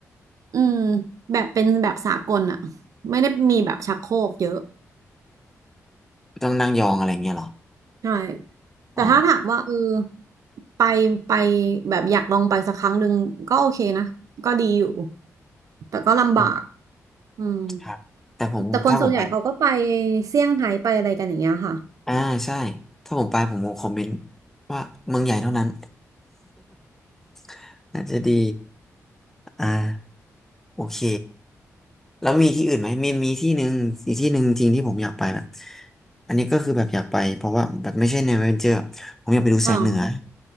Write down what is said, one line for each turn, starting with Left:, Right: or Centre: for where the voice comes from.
Right: อืมแบบเป็นแบบสากลอะไม่ได้มีแบบชักโครกเยอะ
Centre: ต้องนั่งยองอะไรเงี้ยเหรอ
Right: ใช่แต่ถ้าถามว่าเออ
Centre: อ๋อ
Right: ไปไปแบบอยากลองไปสักครั้งหนึ่งก็โอเคนะก็ดีอยู่แต่ก็ลำบาก
Centre: อืม
Right: อืม
Centre: ครับ แต่ผมถ้าผมไป
Right: แต่คนส่วนใหญ่เขาก็ไปเซี่ยงไฮ้ไปอะไรกันอย่างเงี้ยค่ะ
Centre: อ่าใช่ ถ้าผมไปผมคงคอมเมนต์ว่าเมืองใหญ่เท่านั้น <laughs> น่าจะดี อ่าโอเค แล้วมีที่อื่นไหม มีมีที่หนึ่งอีกที่หนึ่งจริงที่ผมอยากไปแบบอันนี้ก็คือแบบอยากไปเพราะว่าแบบไม่ใช่แนวแอดเวนเจอร์ผมอยากไปดูแสงเหนือ
Right: อ่า